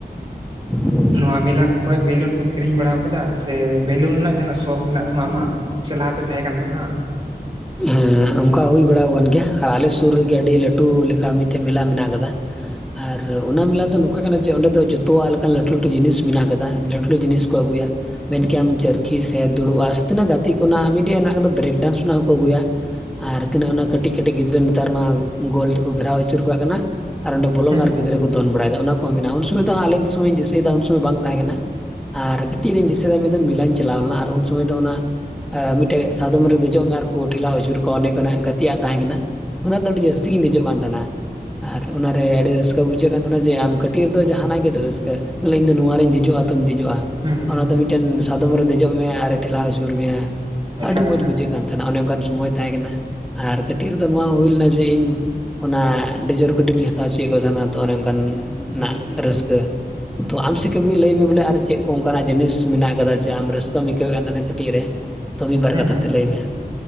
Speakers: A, in the centre; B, on the right.
A: <inaudible>
B: ᱱᱚᱣᱟ ᱢᱮᱞᱟ ᱠᱚ ᱠᱷᱚᱱ ᱵᱮᱞᱩᱱ ᱠᱚᱢ ᱠᱤᱨᱤᱧ ᱵᱟᱲᱟ ᱟᱠᱟᱫᱟ, ᱥᱮ ᱵᱮᱞᱩᱱ ᱨᱮᱱᱟᱜ ᱡᱟᱦᱟᱱᱟᱜ ᱥᱚᱠ ᱢᱮᱱᱟᱜ ᱛᱟᱢᱟ ᱟᱢᱟᱜ? ᱪᱮ ᱞᱟᱦᱟᱛᱮ ᱛᱟᱦᱮᱸ ᱠᱟᱱ ᱛᱟᱢᱟ?
A: ᱦᱮᱸ ᱚᱱᱠᱟ ᱦᱩᱭ ᱵᱟᱲᱟ ᱟᱠᱟᱱ ᱜᱮᱭᱟ ᱟᱨ ᱟᱞᱮ ᱥᱩᱨ ᱨᱮᱜᱮ ᱟᱹᱰᱤ ᱞᱟᱹᱴᱩ ᱞᱮᱠᱟ ᱢᱤᱫᱴᱮᱡ ᱢᱮᱞᱟ ᱢᱮᱱᱟᱜ ᱠᱟᱫᱟ ᱾ ᱟᱨ ᱚᱱᱟ ᱢᱮᱞᱟ ᱫᱚ ᱱᱚᱝᱠᱟ ᱠᱟᱱᱟ ᱡᱮ ᱚᱸᱰᱮ ᱫᱚ ᱡᱚᱛᱚᱣᱟᱜ ᱞᱮᱠᱟᱱ ᱞᱟᱹᱴᱩ ᱞᱟᱹᱴᱩ ᱡᱤᱱᱤᱥ ᱢᱮᱱᱟᱜ ᱠᱟᱫᱟ, ᱞᱟᱹᱴᱩ ᱞᱟᱹᱴᱩ ᱡᱤᱱᱤᱥ ᱠᱚ ᱟᱹᱜᱩᱭᱟ ᱾ ᱢᱮᱱᱠᱮᱭᱟᱢ ᱪᱟᱹᱨᱠᱷᱤ ᱥᱮ ᱫᱩᱲᱩᱵᱼᱟ ᱥᱮ ᱛᱤᱱᱟᱹᱜ ᱜᱟᱛᱮ ᱠᱚ ᱱᱟᱜ ᱢᱤᱫᱴᱮᱡ ᱢᱮᱱᱟᱜ ᱠᱟᱫᱟ ᱵᱨᱮᱠ ᱰᱟᱱᱥ ᱨᱮᱱᱟᱜ ᱦᱚᱸ ᱠᱚ ᱟᱹᱜᱩᱭᱟ ᱾ ᱟᱨ ᱛᱤᱱᱟᱹᱜ ᱚᱱᱟ ᱠᱟᱹᱴᱤᱡ ᱠᱟᱹᱴᱤᱡ ᱜᱤᱫᱽᱨᱟᱹ ᱱᱮᱛᱟᱨ ᱢᱟ ᱜᱳᱞ ᱛᱮᱠᱚ ᱜᱷᱮᱨᱟᱣ ᱟᱹᱪᱩᱨ ᱠᱟᱜ ᱠᱟᱱᱟ ᱾ ᱟᱨ ᱚᱸᱰᱮ ᱵᱚᱞᱚᱜ
B: ᱦᱟᱸᱜ
A: ᱢᱮ ᱟᱨ ᱜᱤᱫᱽᱨᱟ‌. ᱠᱚᱼᱼ ᱫᱚᱱ ᱵᱟᱲᱟᱭᱫᱟ ᱚᱱᱟ ᱠᱚᱦᱚᱸ ᱢᱮᱱᱟᱜᱼᱟ, ᱩᱱ ᱥᱚᱢᱚᱭ ᱫᱚ ᱟᱞᱮ ᱫᱤᱥᱚᱢ ᱤᱧ ᱫᱤᱥᱟᱹᱭ ᱫᱟ ᱩᱱ ᱥᱚᱢᱚᱭ ᱵᱟᱝ ᱛᱟᱦᱮᱸ ᱠᱟᱱᱟ ᱾ ᱟᱨ ᱛᱤᱨᱤᱧ ᱫᱤᱥᱟᱹ ᱫᱟ ᱢᱤᱫ ᱫᱚᱢ ᱢᱮᱞᱟᱧ ᱪᱟᱞᱟᱣ ᱞᱮᱱᱟ ᱟᱨ ᱩᱱ ᱥᱚᱢᱚᱭ ᱫᱚ ᱚᱱᱟᱼᱼ ᱮ ᱢᱤᱫᱴᱮᱡ ᱥᱟᱫᱚᱢ ᱨᱮ ᱫᱮᱡᱚᱜ ᱢᱮ ᱟᱨᱠᱩ ᱴᱷᱮᱞᱟᱣ ᱟᱹᱪᱩᱨ ᱠᱚᱣᱟ ᱚᱱᱮ ᱚᱱᱠᱟᱱᱟᱜ ᱜᱟᱛᱮ ᱟᱜ ᱛᱟᱦᱮᱸ ᱠᱟᱱᱟ ᱚᱱᱟ ᱫᱚ ᱟᱹᱰᱤ ᱡᱟᱹᱥᱛᱤ ᱜᱤᱧ ᱫᱮᱡᱚᱜ ᱠᱟᱱ ᱛᱟᱦᱮᱱᱟ ᱾ ᱟᱨ ᱚᱱᱟᱨᱮ ᱟᱹᱰᱤ ᱨᱟᱹᱥᱠᱟᱹ ᱵᱩᱡᱷᱟᱹᱜ ᱠᱟᱱ ᱛᱟᱦᱮᱱᱟ ᱡᱮ ᱟᱢ ᱠᱟᱹᱴᱤᱡ ᱨᱮᱫᱚ ᱡᱟᱦᱟᱱᱟᱜ ᱜᱮ ᱟᱹᱰᱤ ᱨᱟᱹᱥᱠᱟᱹ ᱾ ᱵᱚᱞᱮ ᱤᱧ ᱫᱚ ᱱᱚᱣᱟᱨᱤᱧ ᱫᱮᱡᱚᱜᱼᱟ ᱛᱚᱧ ᱫᱮᱡᱚᱜᱼᱟ ᱾
B: ᱦᱩᱸ ᱦᱩᱸ
A: ᱚᱱᱟ ᱫᱚ ᱢᱤᱫᱴᱮᱱ ᱥᱟᱫᱚᱢ ᱨᱮ ᱫᱮᱡᱚᱜ ᱢᱮ ᱟᱨᱮ ᱴᱷᱮᱞᱟᱣ ᱟᱹᱪᱩᱨ ᱢᱮᱭᱟ ᱾
B: ᱮᱠᱟᱞ
A: ᱟᱹᱰᱤ ᱢᱚᱡᱽ
B: ᱮᱠᱟᱞ
A: ᱵᱩᱡᱷᱟᱹᱜ ᱠᱟᱱ ᱛᱟᱦᱮᱱᱟ ᱚᱱᱮ ᱚᱱᱠᱟᱱ ᱥᱚᱢᱚᱭ ᱛᱟᱦᱮᱸ ᱠᱟᱱᱟ ᱾ ᱟᱨ ᱠᱟᱹᱴᱤᱡ ᱨᱮᱫᱚ ᱱᱚᱣᱟ ᱦᱩᱭ ᱞᱮᱱᱟ ᱡᱮ ᱤᱧ ᱚᱱᱟ ᱰᱤᱡᱚᱨ ᱠᱟᱴᱤᱱ ᱤᱧ ᱦᱟᱛᱟᱣ ᱪᱚᱼᱼ ᱪᱮᱫ ᱠᱚ ᱥᱟᱱᱟ ᱛᱚ ᱚᱱᱮ ᱚᱱᱠᱟ
B: ᱟᱪᱪᱷᱟ
A: ᱱᱟᱜ
B: ᱟᱪᱪᱷᱟ
A: ᱨᱟᱹᱥᱠᱟᱹ ᱾ ᱛᱚ ᱟᱢ ᱥᱮᱫ ᱠᱚᱜᱮ ᱞᱟᱹᱭ ᱢᱮ ᱵᱚᱞᱮ ᱟᱨ ᱪᱮᱫ ᱠᱚ ᱚᱱᱠᱟᱱᱟᱜ ᱡᱤᱱᱤᱥ ᱢᱮᱱᱟᱜ ᱠᱟᱫᱟ ᱡᱮ ᱟᱢ ᱨᱟᱹᱥᱠᱟᱹᱢ ᱟᱹᱭᱠᱟᱹᱣᱮᱫ ᱛᱟᱦᱮᱱᱟ ᱠᱟᱹᱴᱤᱡ ᱨᱮ ᱾ ᱛᱚ ᱢᱤᱫ ᱵᱟᱨ
B: ᱦᱩᱸ
A: ᱠᱟᱛᱷᱟ
B: ᱦᱩᱸ
A: ᱛᱮ ᱞᱟᱹᱭ ᱢᱮ ᱾